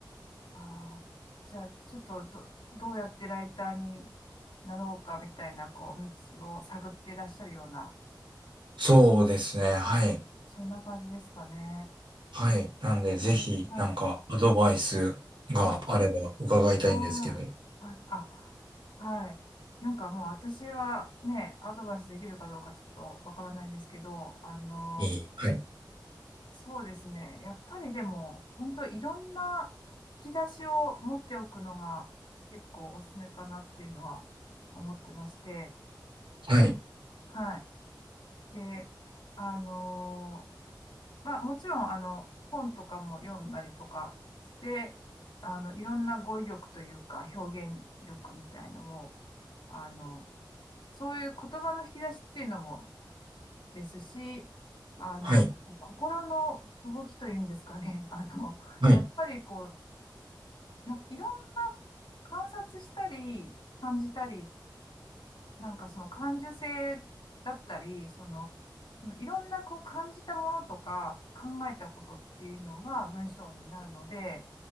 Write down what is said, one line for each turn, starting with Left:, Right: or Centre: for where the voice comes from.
Left: ああ、じゃあ、ちょっとど、どうやってライターになろうかみたいな、こう、道を探っていらっしゃるような、
Right: そうですね。はい。
Left: そんな感じですかね。
Right: はい。
Left: えー
Right: なんで、ぜひ、
Left: はい。
Right: なんか、アドバイスがあれば伺いたいんですけど。
Left: はい。わあ、
Right: い
Left: はい。あ、はい。なんかもう私がね、アドバイスできるかどうかちょっとわからないんですけど、あの、
Right: い。はい。
Left: そうですね。やっぱりでも、本当いろんな引き出しを持っておくのが結構おすすめかなっていうのは思ってまして、
Right: はい。
Left: はい。で、あのーまあ、もちろん、あの、本とかも読んだりとかして、あの、いろんな語彙力というか、表現力みたいのも、あの、そういう言葉の引き出しっていうのもですし、あの、
Right: はい。
Left: 心の動きというんですかね。あの、
Right: はい。
Left: やっぱりこう、なんかいろんな観察したり、感じたりなんかその感受性だったり、その、いろんなこう感じたものとか考えたことっていうのが文章になるので、